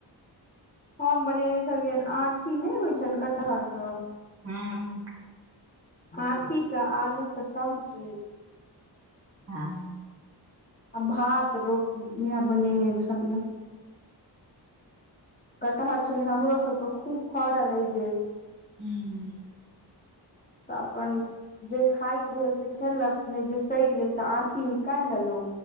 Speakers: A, on the left; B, on the right.
A: हम बनेने छलियैनि आठी नहि होइ छनि कटहर कऽ
B: हूँ
A: आठी कऽ आलू कऽ सब्जी
B: हँ
A: आ भात रोटी इएह बनेने छलियै कटहर छलै हमरो सबके खूब फड़ल एहि बेर
B: हूँ <inaudible>
A: तऽ अपन जे खाायके भेल से खेलक नहि जे सड़ि गेल तऽ आठी निकाइल लेलों